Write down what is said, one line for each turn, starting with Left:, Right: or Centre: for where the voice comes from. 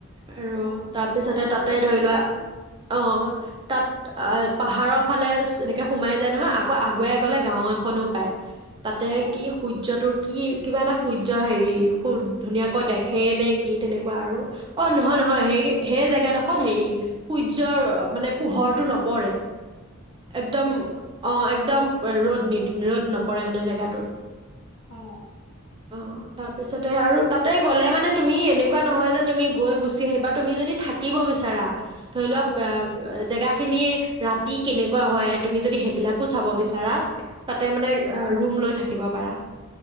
Right: আৰু
Left: অ,
Right: তাৰপিছতে
Left: মই
Right: তাতে
Left: গৈ পোৱা
Right: ধৰি লোৱা
Left: নাই।
Right: অ' তাত অ পাহাৰৰ ফালে এনেকে সোমাই যায় নহয় আকৌ আগুৱাই গ'লে গাঁও এখনো পায়। তাতে
Left: অ,
Right: কি সূৰ্যটোক কি কিবা এটা সূৰ্য হেৰি খুব ধুনীয়াকৈ দেখে নে কি তেনেকুৱা আৰু, অ' নহয় নহয় সেই সেই জেগাত অ হেৰি সূৰ্যৰ মানে পোহৰটো নপৰে, একদম অ একদম ৰ'দ নিধ ৰ'দ নপৰে মানে জেগাটোত,
Left: অ,
Right: অ' তাত আৰু তাতে গ'লে মানে তুমি এনেকুৱা নহয় যে তুমি গৈ গুচি আহিবা তুমি যদি থাকিব বিচাৰা। ধৰি
Left: অ,
Right: লোৱা বে জেগা খিনি ৰাতি কেনেকুৱা হয় তুমি যদি সেইবিলাকো চাব বিচ ৰা তাতে মানে অ ৰুম লৈ থাকি দিব পাৰা